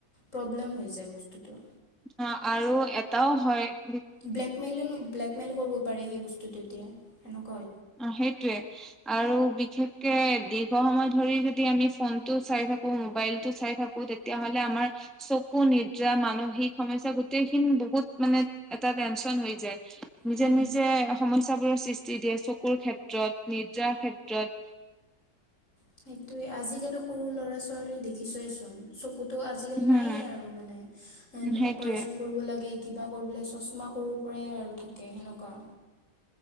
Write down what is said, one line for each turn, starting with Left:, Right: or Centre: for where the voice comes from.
Left: প্ৰব্লেম হৈ যায় বস্তুতটো
Centre: অ আৰু এটাও হয়চঢ়ঢ়্যঢ়
Left: ব্লেকমেইলো ব্লেকমেইল কৰিব পাৰে সেই বস্তুতটো এতিয়া স
Centre: অ সেইটোৱে আৰু বিশেষকে সময় ধৰি যদি আমি ফোনতটো চাই থাকো মোবাইলতটো চাই থাকো তেতিয়াহ'লে আমাৰ চকু নিদ্ৰা মানসিক সমস্যা গোটেইখিনি বহুত মানে এটা টেনচন হৈ যায় নিজে
Left: উম
Centre: নিজে সমস্যাবোৰৰ সৃষ্টি দিয়ে চ ককুৰ ক্ষেত্ৰত নিৰ্জা ক্ষেত্ৰত
Left: সেইটোয়ে আজিকালি সৰু লৰা ছোৱালী দেখিছয়ে চোন চ তো আজিকালি
Centre: হম
Left: নায়ে আৰু মানে
Centre: সেইটোৱে
Left: অপাৰচন কৰিব লাগে কিবা কৰিবলৈ চশমা সৰুৰ পৰাই আৰু থাকে সেনেকুৱা